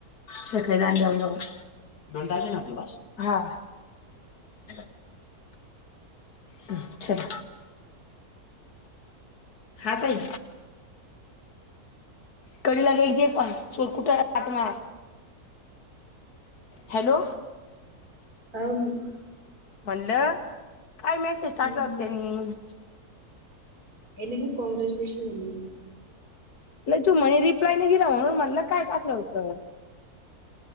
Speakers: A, on the left; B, on the right.
A: सकाली दांड्यावर जाऊ दोन तास है ना आपके पास हा.. <inaudible> हा चल हा ताई कडी लगायेंगे पण चोर कुठं राहत नाय हॅलो
B: ह
A: म्हणलं काय मेसेज
B: हम्म
A: टाकला होता त्यांनी
B: काही नाही ग... काँग्रॅच्युलेशन म्हणे
A: नाही तू म्हणे रिप्लाय नाही दिला म्हणून म्हटलं काय टाकलं होतं